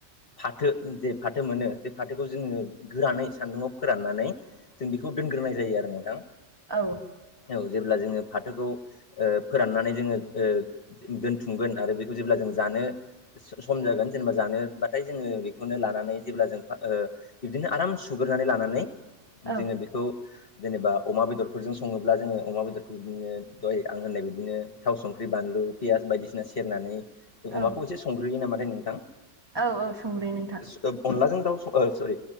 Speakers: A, on the left (about 50°); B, on the right (about 20°).
A: फाथो जे फाथो मोनो बे फाथोखौ जोंङो गोरानै सान्दुंङाव फोराननानै जों बेखौ दोनग्रोनाय जायो आरो नोंथां।
B: औ।
A: औ जेब्ला जोंङो फाथोखौ ओ फोराननानै जोंङो ओ दोनथुमगोन आरो बेखौ जेब्ला जों जानो सम जागोन जेनेबा जानोबाथाय जोंङो बेखौनो लानानै जेब्ला जों ओ बिबदिनो आराम सुग्रोनानै लानानै
B: औ
A: जोंङो बेखौ जेनेबा अमा बेदरफोरजों संङोब्ला जोंङो अमा बेदरखौ बिदिनो दय आं होननाय बिदिनो थाव, संख्रि, बानलु पियास बायदिसिना सेरनानै जों
B: औ
A: अमाखौ एसे संग्रोयो नामाथाय नोंथां?
B: औ औ संग्रोयो नोंथां।
A: ओ अनलाजों दाउ स सरि